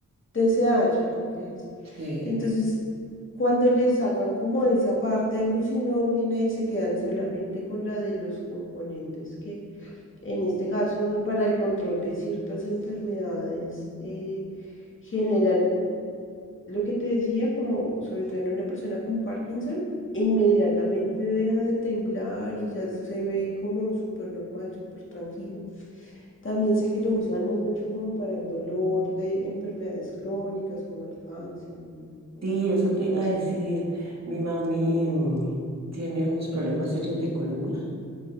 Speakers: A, on the left; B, on the right.
A: TCH, creo que es.
B: sí,
A: Entonces, cuando le sacan como esa parte alucinógena y se quedan solamente con la de los componentes que, en este caso, para el control de ciertas enfermedades, eh, generan lo que te decía, como sobre todo en una persona con Parkinson, inmediatamente deja de temblar y ya se ve como súper normal, súper tranquilo. También sé que lo usan mucho como para el dolor de enfermedades crónicas como el cáncer, y ese
B: sí, eso
A: tipo
B: te
A: de cosas.
B: iba a decir. Mi mami mm, tiene unos problemas serios de columna.